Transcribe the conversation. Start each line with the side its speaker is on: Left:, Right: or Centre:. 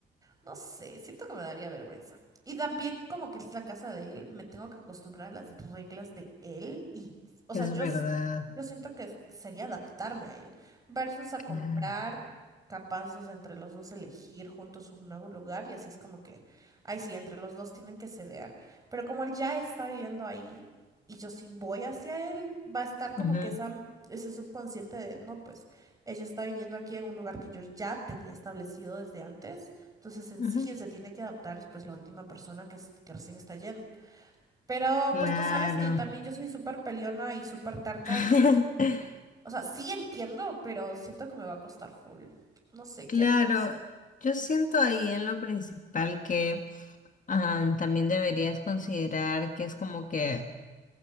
Right: no sé, siento que me daría vergüenza. Y también como que es la casa de él, me tengo que acostumbrar a las reglas de él y, o sea,
Left: es
Right: yo,
Left: verdad,
Right: s- yo siento que s- sería adaptarme a él versus a
Left: claro.
Right: comprar capazos entre los dos elegir juntos un nuevo lugar y así es como que, ay, sí, entre los dos tienen que ceder, pero como él ya está viviendo ahí y yo sí voy hacia él, va a estar como
Left: Ujú,
Right: que esa, ese subconsciente de, no, pues ella está viniendo aquí en un lugar que yo ya tenía establecido desde antes. Entonces, en
Left: ujú,
Right: sí, quien se tiene que adaptar es pues la última persona que, es- que recién está yendo. Pero
Left: Claro.
Right: pues tú sabes que también yo soy súper peleona y súper terca,
Left: <laughs>
Right: entonces como que, o sea, sí entiendo, pero siento que me va a costar full. No sé
Left: Claro,
Right: qué harías.
Left: yo siento ahí en lo principal que ah, también deberías considerar que es como que